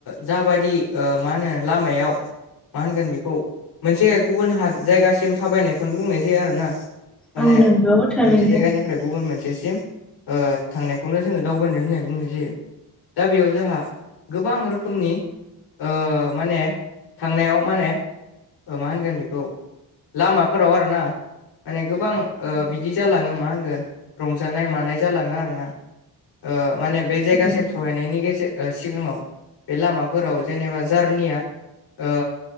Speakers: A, on the left (about 85°); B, in the centre.
A: जाबायदि मा होनो लामायाव मा होनगोन बेखौ मोनसे गुबुन हा जायगासिम थाबायनायखौनो बुंनाय जायो आरोना। माने
B: औ नंगौ
A: मोनसे
B: थारैनो
A: जायगानिफ्राय गुबुन मोनसेसिम ओ थांनायखौनो जोंङो दावबायनो होननाय बुंनाय जायो। दा बेयाव जोंहा गोबां रोखोमनि ओ माने थांनायाव माने मा होनगोन बे लामाफोराव आरोना माने गोबां
B: औ औ
A: ओ बिदि जालाङो मा होनगोन रंजानाय मानाय जालाङो आरो ना। ओ माने बे जायगासिम
B: थारैनो
A: सहैनायनि गेजे ओ सिगाङाव बे लामाफोराव जेनेबा जारनिया ओ